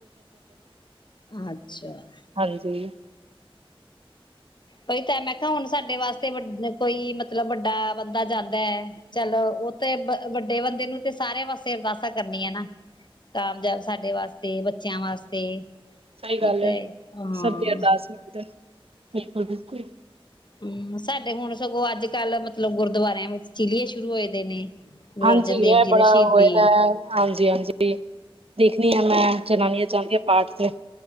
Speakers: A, on the left (about 50°); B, on the right (about 80°).
A: ਆਂ ਅੱਛਾ ਹ
B: ਹਾਂਜੀ
A: ਪਈ ਤਾਂ <unintelligible> ਤਾ ਹੁਣ ਸਾਡੇ ਵਾਸਤੇ ਕੋਈ ਮਤਲਬ ਵੱਡਾ ਬੰਦਾ ਜਾਂਦਾ ਹੈ, ਚੱਲ ਉਹ ਤੇ ਵੱਡੇ ਬੰਦੇ ਨੂੰ ਤੇ ਸਾਰਿਆਂ ਵਾਸਤੇ ਅਰਦਾਸਾਂ ਕਰਨੀ ਹੈ ਨਾ, ਕਾਮਯਾਬ ਸਾਡੇ ਵਾਸਤੇ, ਬੱਚਿਆਂ ਵਾਸਤੇ।
B: ਸਹੀ ਗੱਲ
A: ਉਹ ਤਾਂ
B: ਏ,
A: ਹੈ ਹਾਂ।
B: ਸਭ ਦੀ ਅਰਦਾਸ <unintelligible> ਬਿਲਕੁਲ ਬਿਲਕੁਲ
A: ਹੂੰ, ਸਾਡੇ ਹੁਣ ਸਗੋਂ ਅੱਜ ਕੱਲ੍ਹ ਮਤਲਬ ਗੁਰਦੁਆਰਿਆਂ ਵਿੱਚ ਚੀਲੀਏ ਸ਼ੁਰੂ ਹੋਏ ਦੇ ਨੇ ਗੁਰੂ
B: ਹਾਂਜੀ
A: ਅਰਜਨ ਦੇਵ
B: ਇਹ
A: ਜੀ
B: ਬੜਾ
A: ਦਾ ਸ਼ਹੀਦੀ
B: ਹੋਯਾ ਹੈ ਹਾਂਜੀ ਜ ਹਾਂਜੀ ਦੇਖਣੀ ਹ ਮੈਂ ਜਨਾਨੀ ਆ ਚਾਹਦੀ ਹਾਂ ਪਾਠ ਤੇ